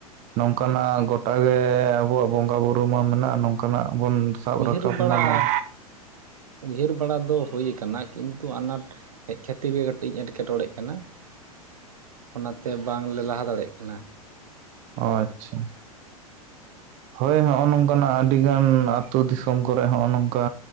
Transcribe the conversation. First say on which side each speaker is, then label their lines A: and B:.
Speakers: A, on the right; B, on the right.
A: ᱱᱚᱝ ᱠᱟᱱᱟᱜ ᱜᱚᱴᱟᱜᱮ ᱟᱵᱚᱣᱟᱜ ᱵᱚᱸᱜᱟ ᱵᱩᱨᱩ ᱢᱟ ᱢᱮᱱᱟᱜᱼᱟ ᱱᱚᱝ ᱠᱟᱱᱟᱜ ᱵᱚᱱ ᱥᱟᱵ
B: ᱩᱭᱦᱟᱹᱨ
A: ᱨᱟᱠᱟᱵ
B: ᱵᱟᱲᱟ
A: ᱢᱟᱵᱚᱱ
B: ᱩᱭᱦᱟᱹᱨ ᱵᱟᱲᱟ ᱫᱚ ᱦᱩᱭ ᱠᱟᱱᱟ ᱠᱤᱱᱛᱩ ᱟᱱᱟᱴ ᱦᱮᱡ ᱠᱷᱟᱹᱛᱤᱨ ᱜᱮ ᱠᱟᱹᱴᱤᱡ ᱤᱧ ᱮᱴᱠᱮ ᱴᱚᱬᱮᱜ ᱠᱟᱱᱟ ᱚᱱᱟᱛᱮ ᱵᱟᱝᱞᱮ ᱞᱟᱦᱟ ᱫᱟᱲᱮᱜ ᱠᱟᱱᱟ
A: ᱚ ᱟᱪᱪᱷᱟ ᱦᱳᱭ ᱱᱚᱜᱚᱭ ᱱᱚᱝ ᱠᱟᱱᱟᱜ ᱟᱹᱰᱤᱜᱟᱱ ᱟᱹᱛᱩ ᱫᱤᱥᱚᱢ ᱠᱚᱨᱮ ᱦᱚᱸᱜᱼᱚ ᱱᱚᱝᱠᱟ